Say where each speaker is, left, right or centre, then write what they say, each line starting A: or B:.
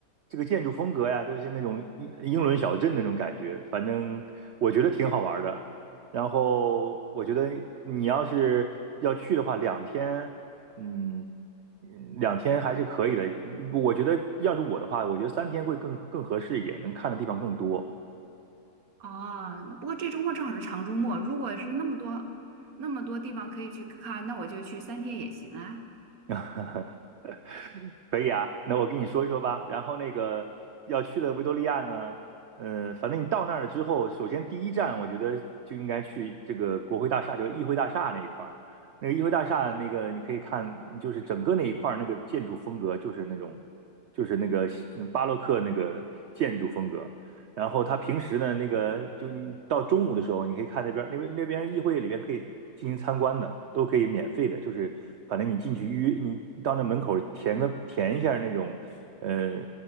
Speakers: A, on the right; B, on the right.
A: 这个建筑风格呀，都是那种英英伦小镇那种感觉。反正我觉得挺好玩儿的。然后我觉得你要是要去的话，两天，嗯，嗯两天还是可以的。我觉得要是我的话，我觉得三天会更更合适一点，能看的地方更多。
B: 哦，不过这周末正好是长周末，如果是那么多那么多地方可以去看，那我就去三天也行啊。
A: <laughs> 可以啊，那我跟你说一说吧。然后那个要去了维多利亚呢，呃，反正你到那儿了之后，首先第一站我觉得就应该去这个国会大厦，就是议会大厦那一块儿。那个议会大厦那个你可以看，就是整个那一块儿那个建筑风格就是那种，就是那个嗯巴洛克那个建筑风格。然后他平时呢，那个就你到中午的时候，你可以看那边那边那边议会里边可以进行参观的，都可以免费的，就是反正你进去预约，你到那门口填个填一下那种呃